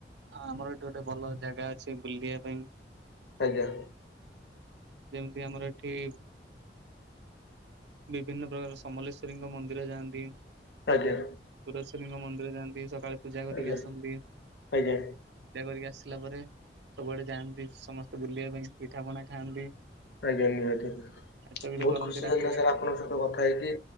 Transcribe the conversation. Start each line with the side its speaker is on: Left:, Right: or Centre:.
Right: ଆମର ଏଠି ଗୋଟେ ଭଲ ଜାଗା ଅଛି ବୁଲିବା ପାଇଁ।
Left: ଆଜ୍ଞା।
Right: ଯେମିତି ଆମର ଏଠି ବିଭିନ୍ନ ପ୍ରକାର ସମଲେଶ୍ଵରୀଙ୍କ ମନ୍ଦିର ଯାଆନ୍ତି।
Left: ଆଜ୍ଞା।
Right: ପୁରାଶ୍ୱନୀ ଙ୍କ ମନ୍ଦିର ଯାଆନ୍ତି ସକାଳେ ପୂଜା କରିକି
Left: ଆଜ୍ଞା
Right: ଆସନ୍ତି।
Left: ଆଜ୍ଞା
Right: ପୂଜା କରିକି ଆସିଲା ପରେ ସବୁଆଡେ ଯାଆନ୍ତି ସମସ୍ତେ ବୁଲିବା ପାଇଁ ପିଠା ପଣା ଖାଆନ୍ତି।
Left: ଆଜ୍ଞା ଆଜ୍ଞା ଠିକ୍‌
Right: ନାଚ ଗୀତ
Left: ବହୁତ୍
Right: କରନ୍ତି
Left: ଖୁସି
Right: ରାତିରେ
Left: ଲାଗିଲା ସାର୍ ଆପଣଙ୍କ ସହ। ତ କଥା ହେଇକି